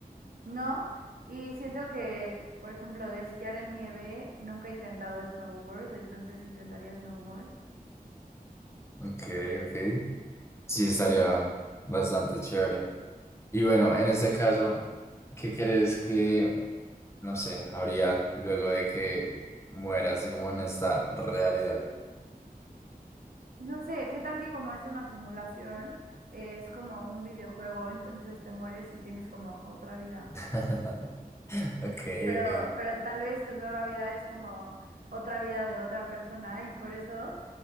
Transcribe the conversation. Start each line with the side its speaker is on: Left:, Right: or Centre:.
Right: No, y siento que, por ejemplo, de esquiar en nieve, nunca he intentado snowboard, entonces intentaría snowboard.
Left: Ok, ok. Sí, estaría
Right: Mm,
Left: bastante chévere. Y bueno, en este caso, ¿qué crees que, no sé, habría luego de que mueras como en esta realidad?
Right: No sé, ¿qué tal que como es una simulación, es como un videojuego, entonces te mueres y tienes como otra vida?
Left: <laughs> Ok,
Right: Pero, pero tal vez tu nueva vida es como otra vida de otra persona y por eso